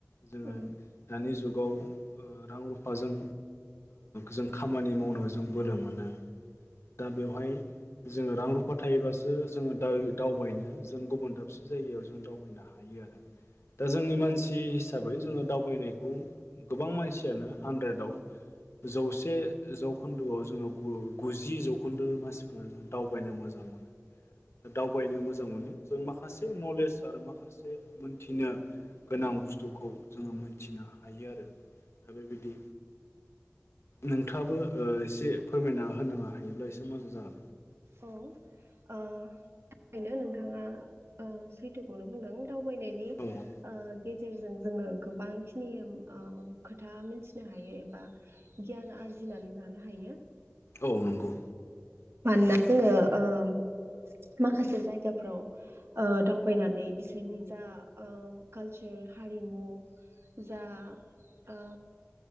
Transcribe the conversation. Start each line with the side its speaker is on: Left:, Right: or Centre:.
Left: जोङो
Right: उम
Left: दानि जुगाव ओ रां रुफ फा जों जों खामानि मावनो जों बोलो मोनो दा बेवहाय जोङो रां रुफा थायोबासो जोङो दा दावबायनो जों गुबुन दाबसे जायगायाव जों दावबायनो हायो आरो दा जोंनि मानसि हिसाबै जोङो दावबायनायखौ गोबां मानसियानो हानद्रेदाव जौसे जौखोन्दोआव जोङो गुजि जौखोन्दो मानसिफोरानो जों दावबायनो मोजां मोनो दा दावबायनो मोजां मोननायाव जों माखासे नलेज आरो माखासे मोनथिनो गोनां बुस्थुखौ जोङो मोनथिनो हायो आरो दा बेबायदि नोंथाङाबो ओ एसे फोरमायना होनो हायोब्ला एसे मोजां जागोन
Right: औ ओ नोंथाङा ओ सैथोखौनो बुंदों दाव बायनायनि
Left: औ
Right: ओ गेजेरजों जोङो गोबां खिनि ओ खोथा मिथिनो हायो एबा गियान आरजिनानै लानो हायो
Left: औ नंगौ
Right: मानोना
Left: औ
Right: जोङो ओ -ओं माखासे जायगाफ्राव ओ दावबायनानै बिसोरनि जा ओ कालसार हारिमु जा ओ